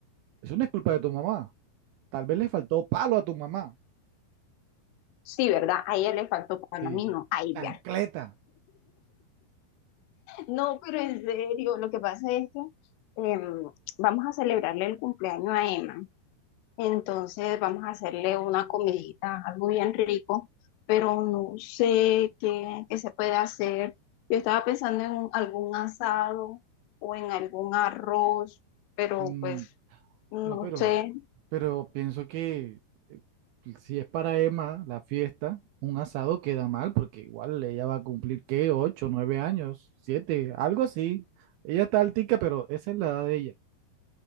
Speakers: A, on the right (about 80°); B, on the left (about 90°).
A: Eso no es culpa de tu mamá, tal vez le faltó palo a tu mamá,
B: Sí, ¿verdad? A ella le faltó pan,
A: sí,
B: a mí <laughs> no, a ella.
A: chancleta,
B: No, pero en serio, lo que pasa es que em, vamos a celebrarle el cumpleaños a Emma. Entonces vamos a hacerle una comidita, algo bien rico, pero no sé qué, qué se puede hacer. Yo estaba pensando en un- algún asado o en algún arroz, pero
A: mm,
B: pues no
A: No, pero,
B: sé.
A: pero pienso que eh, si es para Emma la fiesta, un asado queda mal porque igual ella va a cumplir, ¿qué? Ocho, nueve años, siete, algo así. Ella está altica, pero esa es la edad de ella.